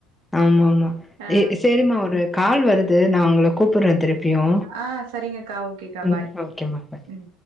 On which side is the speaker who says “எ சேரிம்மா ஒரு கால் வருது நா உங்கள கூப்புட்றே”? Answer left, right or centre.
Centre